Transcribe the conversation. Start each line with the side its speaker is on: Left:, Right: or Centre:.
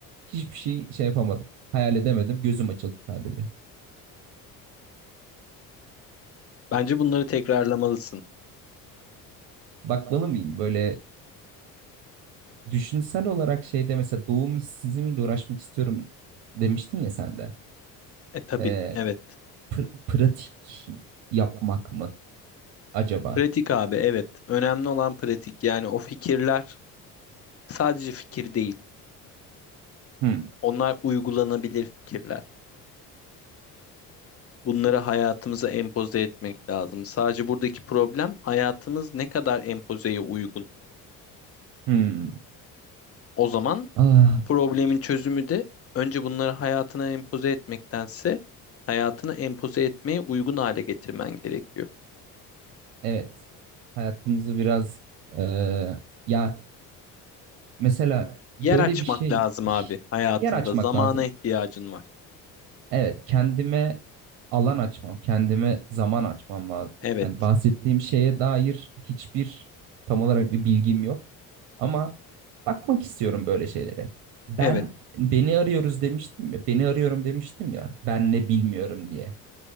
Right: Hiçbir şey şey yapamadım. Hayal edemedim. Gözüm açıldı sadece.
Left: Bence bunları tekrarlamalısın.
Right: bakmalı mıyım? Böyle düşünsel olarak şeyde mesela doğum işsizliğiyle uğraşmak istiyorum demiştin ya sen de.
Left: E tabii.
Right: Ee,
Left: Evet.
Right: pr- pratik yapmak mı acaba?
Left: Pratik abi, evet. Önemli olan pratik. Yani o fikirler sadece fikir değil.
Right: Hmm.
Left: Onlar uygulanabilir fikirler. Bunları hayatımıza empoze etmek lazım. Sadece buradaki problem hayatımız ne kadar empozeye uygun.
Right: Hmm.
Left: O zaman
Right: Ah,
Left: problemin çözümü de önce bunları hayatına empoze etmektense hayatını empoze etmeye uygun hale getirmen gerekiyor.
Right: evet. Hayatımızı biraz eee, ya mesela
Left: Yer
Right: böyle
Left: açmak
Right: bir şey
Left: lazım abi hayatında.
Right: yer açmak
Left: Zamana
Right: lazım.
Left: ihtiyacın var.
Right: Evet, kendime alan açmam, kendime zaman açmam lazım.
Left: Evet,
Right: Yani bahsettiğim şeye dair hiçbir tam olarak bir bilgim yok. Ama bakmak istiyorum böyle şeylere. Ben
Left: evet,
Right: beni arıyoruz demiştim ya, beni arıyorum demiştim ya, ben ne bilmiyorum diye.